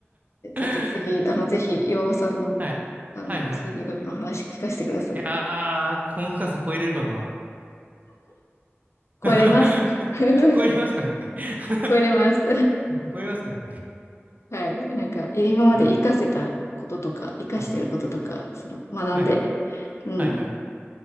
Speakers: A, on the left; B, on the right.
A: でちょっと次、
B: は
A: あの、ぜひ、岩尾さんの、
B: い。
A: あの、
B: はいはい。
A: 心理学の話聞かせてください。
B: いやー、この深さ超えれるかな <laughs>
A: 超えれます。<laughs>
B: 超えれますかね <laughs>
A: 超えれます。
B: 超えますかね
A: はい。なんか、今まで活かせたこととか、
B: <laughs> はい。
A: 活かしてることとか、
B: はい。
A: その、学んで、
B: はい。
A: うん、
B: はいはい。